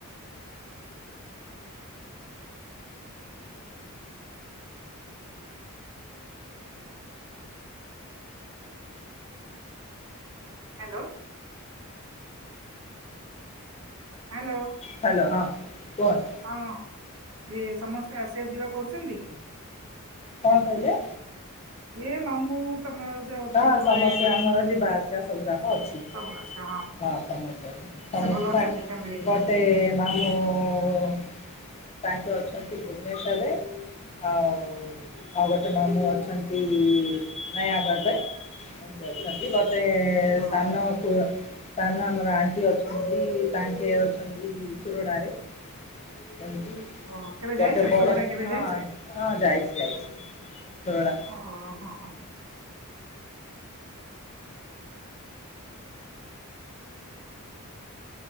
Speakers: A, on the right; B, on the left.
A: ହ୍ୟାଲୋ ହ୍ୟାଲୋ
B: ହ୍ୟାଲୋ ହଁ। କୁହନ୍ତୁ
A: ହଁ। ଇଏ ସମସ୍ତେ ଆସିବା ଯିବା କରୁଛନ୍ତି କି?
B: କଣ କହିଲେ?
A: ଏ ମାମୁଁ ତମର ଯୋଉ ଅଜାଙ୍କ
B: ହଁ ସମସ୍ତେ
A: ଘରେ ମାମୁଁ
B: ଆମର ଯିବା ଆସିବା ସବୁ ଯାକ ଅଛି।
A: ସବୁ ଆଚ୍ଛା
B: ହଁ ସମସ୍ତେ ସମସ୍ତେ
A: ଭଲ ଅଛନ୍ତି
B: କାଇ
A: ଫ୍ୟାମିଲିରେ
B: ଗୋଟେ-ଏ-ଏ-ଏ ମାମୁଁ-ଉ-ଉ-ଉ ତାଙ୍କେ ଅଛନ୍ତି ଭୁବନେଶୂରରେ, ଆଉ ଆଉ ଗୋଟେ ମାମୁଁ ଅଛନ୍ତି-ଇ-ଇ-ଈ ନୟାଗଡ଼ରେ। ଏମିତି ଅଛନ୍ତି। ଗ ସେ-ଏ-ଏ-ଏ
A: ଓ
B: ସାନୁ କୁ ସାନ ଆମର ଆଣ୍ଟି ଅଛନ୍ତି-ଇ-ଇ-ଇ ତାଙ୍କେ ଅଛନ୍ତି-ଇ-ଇ-ଇ ସୁରଡ଼ାରେ। ଏମତି
A: ଓ କେବେ ଯାଇଛ
B: ଗୋଟେ ବଡ
A: ସୋରଡା କେବେ
B: ହଁ
A: ଯାଇଛ?
B: ହଁ ଯାଇଛି। ଯାଇଛି। ସୋରଡ଼ା
A: ଓ ହଁ ହଁ